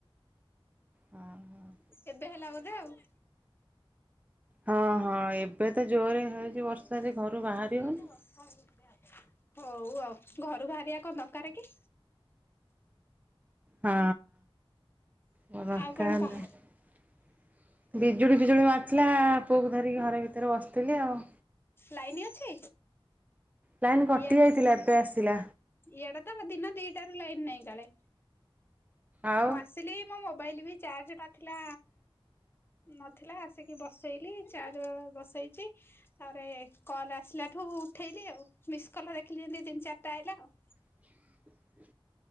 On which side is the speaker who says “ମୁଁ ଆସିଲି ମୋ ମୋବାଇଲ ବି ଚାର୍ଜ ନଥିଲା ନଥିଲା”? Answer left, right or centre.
Left